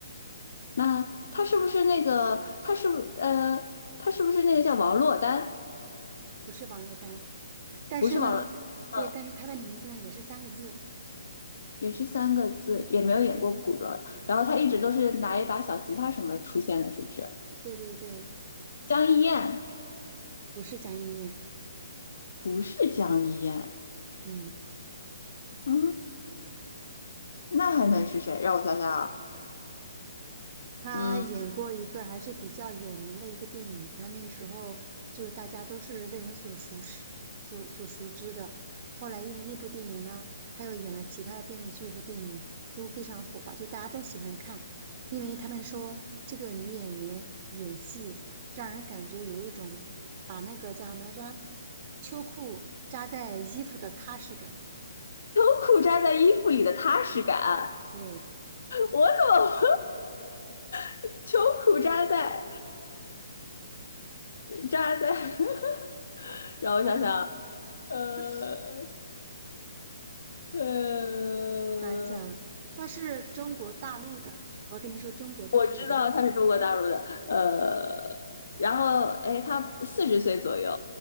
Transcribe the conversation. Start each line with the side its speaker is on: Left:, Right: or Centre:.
Left: 那她是不是那个她是不呃她是不是那个叫王珞丹？
Right: 不是王珞丹。但是呢，
Left: 不是王若，嗯，
Right: 对，但是她的名字呢也是三个字，
Left: 也是三个字，也没有演过古装。然后他一直都是拿一把小吉他什么出现的，是不是？
Right: 对对对，
Left: 江一燕
Right: 不是江一燕，
Left: 不是江一燕，
Right: 嗯。
Left: 嗯，那还能是谁？让我想想啊，
Right: 他演过一个还是比较有名的一个电影，
Left: 嗯，
Right: 然后那个时候就大家都是为人所熟识、所所熟知的。后来因为那部电影呢，他又演了其他的电视剧和电影，都非常火爆，就大家都喜欢看，因为他们说这个女演员演戏让人感觉有一种把那个叫什么来着，秋裤扎在衣服的踏实感。
Left: 秋裤扎在衣服里的踏实感，
Right: 对，
Left: 我怎么 <laughs> 秋裤扎在，呃，扎在，<laughs> 让我想想啊，
Right: 干嘛？
Left: 呃
Right: <laughs>
Left: 呃。
Right: 想一想，他是中国大陆的，我跟你说中国大陆的，
Left: 我知道他是中国大陆的，呃，然后哎，他四十岁左右，